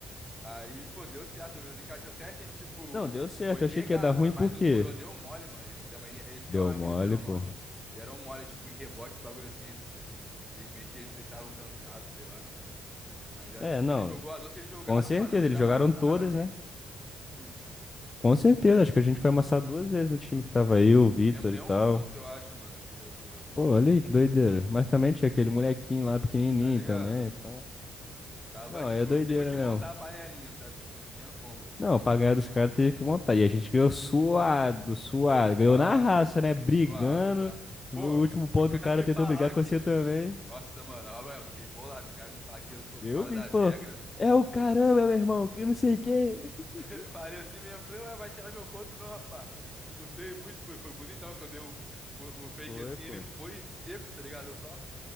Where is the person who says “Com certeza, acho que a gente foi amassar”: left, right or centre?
Left